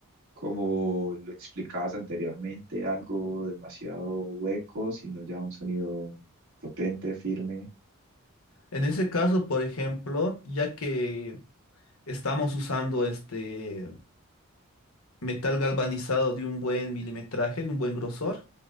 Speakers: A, on the right; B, on the left.
A: como lo explicabas anteriormente, algo demasiado hueco, sino ya un sonido potente, firme.
B: En ese caso, por ejemplo, ya que estamos usando este, metal galvanizado de un buen milimetraje, de un buen grosor.